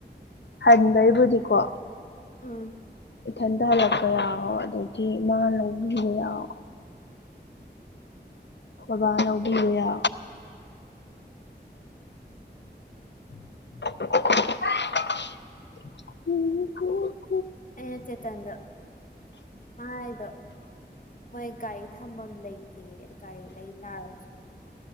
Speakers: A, on the left (about 75°); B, on the left (about 45°).
A: ꯍꯟꯕꯩꯕꯨꯗꯤꯀꯣ
B: ꯑꯥ
A: ꯏꯊꯟꯗ ꯍꯜꯂꯛꯄ ꯌꯥꯑꯣꯣ ꯑꯗꯒꯤ ꯏ ꯃꯥ ꯂꯧꯕꯤꯕ ꯌꯥꯑꯣꯣ ꯕꯥꯅ ꯎꯕꯤꯔꯌꯥ <inaudible> <inaudible>
B: ꯑꯩꯅ ꯆꯦꯇꯟꯗꯣ ꯃꯥꯏꯗꯣ ꯃꯣꯏ ꯒꯥꯔꯤ ꯊꯝꯐꯝ ꯂꯩꯇꯦ ꯒꯥꯔꯤ ꯂꯩꯇꯥꯥꯔꯁꯨ